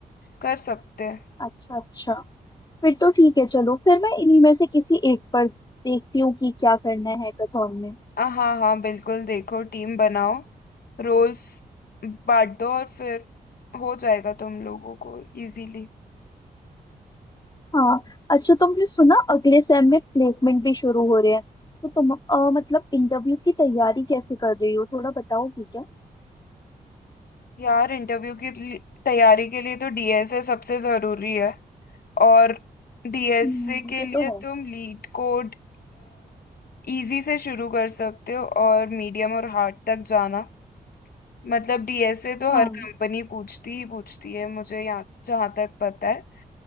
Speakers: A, on the left (about 65°); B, on the left (about 25°).
A: कर सकते हैं
B: अच्छा अच्छा फिर तो ठीक है चलो फिर मैं इन्हीं में से किसी एक पर देखती हूँ कि क्या करना है हैकाथॉन में
A: आ, हाँ हाँ बिल्कुल देखो टीम बनाओ रोल्स बांट दो और फिर हो जाएगा तुम लोगों को इजीली
B: हाँ अच्छा तुमने सुना अगले सेम में प्लेसमेंट भी शुरू हो रहे हैं तो तुम अ, मतलब इंटरव्यू की तैयारी कैसे कर रही हो थोड़ा बताओगी क्या
A: यार इंटरव्यू की लि- तैयारी के लिए तो डीएसए सबसे जरूरी है और डीएसए
B: हम्म,
A: के
B: ये
A: लिए
B: तो है
A: तुम लीड कोड इजी से शुरू कर सकते हो और मीडियम और हार्ड तक जाना मतलब डीएसए तो
B: हाँ
A: हर कंपनी पूछती ही पूछती है मुझे यहाँ जहाँ तक पता है